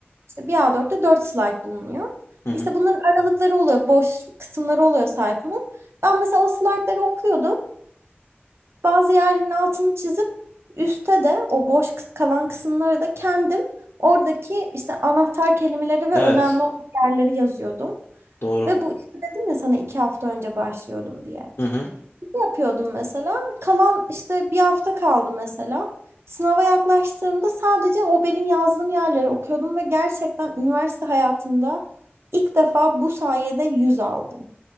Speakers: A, on the right; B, on the left.
A: İşte bir A4'te dört slayt bulunuyor.
B: Hı hı.
A: İşte bunların aralıkları oluyor, boş kısımları oluyor sayfanın. Ben mesela o slaytları okuyordum. Bazı yerlerinin altını çizip üstte de o boş kıs- kalan kısımlara da kendim oradaki işte anahtar kelimeleri ve
B: Evet.
A: önemli olan yerleri yazıyordum.
B: Doğru.
A: Ve bu işte dedim ya sana iki hafta önce başlıyordum diye.
B: Hı hı.
A: Ne yapıyordum mesela? Kalan işte bir hafta kaldı mesela. Sınava yaklaştığımda sadece o benim yazdığım yerleri okuyordum ve gerçekten üniversite hayatımda ilk defa bu sayede 100 aldım.